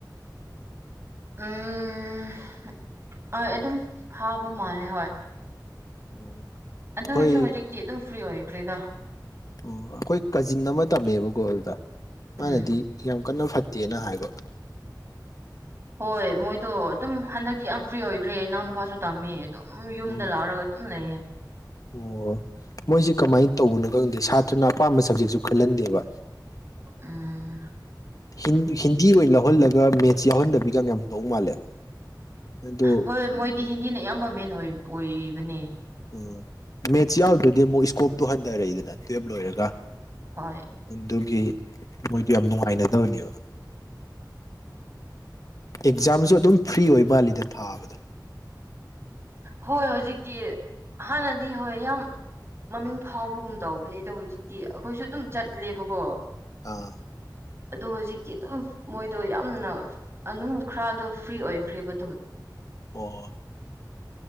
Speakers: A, on the right (about 35°); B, on the left (about 50°).
A: ꯎꯝ ꯍꯣꯏ ꯑꯗꯨꯝ ꯐꯥꯕ ꯃꯥꯜꯂꯦ ꯍꯣꯏ
B: ꯎꯝ ꯑꯩꯈꯣꯏ
A: ꯑꯗꯨꯔꯁꯨ ꯍꯧꯖꯤꯛꯇꯤ ꯑꯗꯨꯝ ꯐ꯭ꯔꯤ ꯑꯣꯏꯈ꯭ꯔꯦꯗ
B: ꯎꯝ ꯑꯩꯈꯣꯏ ꯀꯖꯤꯟ ꯑꯃ ꯇꯝꯃꯦꯕꯀꯣ ꯑꯗꯨꯗ ꯃꯥꯅꯗꯤ
A: ꯎꯝ
B: ꯌꯥꯝ ꯀꯟꯅ ꯐꯠꯇꯦꯅ ꯍꯥꯏꯕ
A: ꯍꯣꯏ ꯃꯣꯏꯗꯣ ꯑꯗꯨꯝ ꯍꯟꯗꯛꯇꯤ ꯌꯥꯝ ꯐ꯭ꯔꯤ ꯑꯣꯏꯈ꯭ꯔꯦ ꯏꯅꯥꯎꯅꯨꯄꯥꯁꯨ ꯇꯝꯃꯦ ꯑꯗꯨꯝ ꯌꯨꯝꯗ
B: ꯎꯝ
A: ꯂꯥꯛꯔꯒ ꯑꯗꯨꯝ ꯂꯩꯌꯦ
B: ꯑꯣ ꯃꯣꯏꯁꯤ ꯀꯃꯥꯏꯅ ꯇꯧꯕꯅꯣ ꯈꯪꯗꯦ ꯁꯥꯇ꯭ꯔ ꯅꯥ ꯑꯄꯥꯝꯕ ꯁꯕꯖꯦꯛꯁꯨ ꯈꯜꯍꯟꯗꯦꯕ
A: ꯎꯝ
B: ꯍꯤꯟ ꯍꯤꯟꯗꯤ ꯑꯣꯏꯅ ꯂꯧꯍꯜꯂꯒ ꯃꯦꯠꯁ ꯌꯥꯎꯍꯟꯗꯕꯤꯒ ꯌꯥꯝ ꯇꯧ ꯃꯥꯜꯂꯦ ꯑꯗꯨ
A: ꯍꯣꯏ ꯃꯣꯏꯗꯤ ꯍꯤꯟꯗꯤꯅ ꯑꯌꯥꯝꯕ ꯃꯦꯟ ꯑꯣꯏꯕꯅꯦ
B: ꯑꯣ ꯃꯦꯠꯁ ꯌꯥꯎꯗ꯭ꯔꯗꯤ ꯑꯃꯨꯛ ꯏꯁꯀꯣꯞꯇꯣ ꯍꯟꯊꯔꯛꯏꯗꯅ ꯇꯨꯋꯜꯞ ꯂꯣꯏꯔꯒ
A: ꯍꯣꯏ
B: ꯑꯗꯨꯒꯤ ꯃꯣꯏꯗꯨ ꯌꯥꯝ ꯅꯨꯡꯉꯥꯏꯅꯗꯕꯅꯦꯕ ꯑꯦꯛꯖꯥꯝꯁꯨ ꯑꯗꯨꯝ ꯐ꯭ꯔꯤ ꯑꯣꯏ ꯃꯥꯜꯂꯤꯗ ꯊꯥꯕꯗ
A: ꯍꯣꯏ ꯍꯧꯖꯤꯛꯇꯤ ꯍꯥꯟꯅꯗꯤ ꯍꯣꯏ ꯌꯥꯝ ꯃꯃꯤꯡ ꯐꯥꯎꯕꯒꯨꯝ ꯇꯧꯕꯅꯦ ꯑꯩꯗꯣ ꯍꯧꯖꯤꯛꯇꯤ ꯑꯩꯈꯣꯏꯁꯨ ꯑꯗꯨꯝ ꯆꯠꯂꯦꯕꯀꯣ
B: ꯑꯥ
A: ꯑꯗꯣ ꯍꯧꯖꯤꯛꯇꯤ ꯑꯗꯨꯝ ꯃꯣꯏꯗꯣ ꯌꯥꯝꯅ ꯑꯗꯨꯅ ꯈꯔꯗꯣ ꯐ꯭ꯔꯤ ꯑꯣꯏꯈ꯭ꯔꯦꯕ ꯑꯗꯨꯝ
B: ꯑꯣ